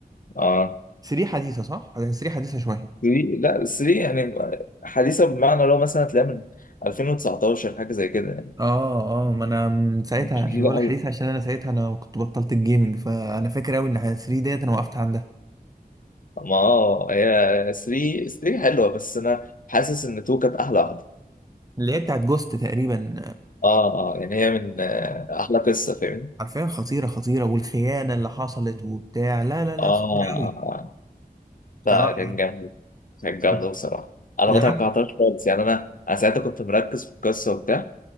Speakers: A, on the left (about 60°); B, on the right (about 25°).
A: اه
B: 3 حديثه صح 3 حديثه شويه
A: 3 لا 3 يعني حديثه بمعنى لو مثلا تلاقيها من 2019 حاجه زي كده يعني
B: اه اه ما انا من ساعتها
A: مش
B: عشان
A: جديده
B: بقول
A: قوي
B: لك حديثه عشان انا ساعتها انا كنت بطلت الجيمنج فانا فاكر قوي ان 3 ديت انا وقفت عندها
A: ما اه هي 3 3 حلوه بس انا حاسس ان 2 كانت احلى واحده
B: اللي هي بتاعت جوست تقريبا
A: اه اه يعني هي من آه، احلى قصه فاهمني
B: حرفيا خطيرة خطيرة والخيانة اللي حصلت وبتاع لا لا لا
A: اه اه
B: خطيرة أوي
A: آه.
B: بصراحة
A: لا كان جامد كان جامد
B: طب
A: بصراحه انا
B: العب
A: ما توقعتهاش خالص يعني انا انا ساعتها كنت مركز في القصه وبتاع